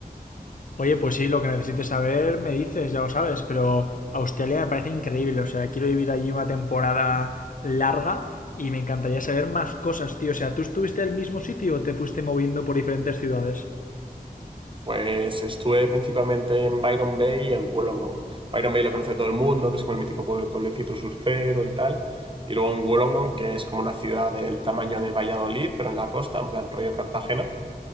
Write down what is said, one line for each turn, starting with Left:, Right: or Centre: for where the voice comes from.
Left: Oye, pues sí, lo que necesites saber me dices, ya lo sabes, pero Australia me parece increíble. O sea, quiero vivir allí una temporada larga y me encantaría saber más cosas, tío. O sea, ¿tú estuviste en el mismo sitio o te fuiste moviendo por diferentes ciudades?
Right: Pues estuve principalmente en Byron Bay y en Wollongong. Byron Bay lo conoce todo el mundo, que es como el mítico pue- pueblecito surfero y tal. Y luego en Wollongong, que es como una ciudad del tamaño de Valladolid, pero en la costa, en plan rollo Cartagena.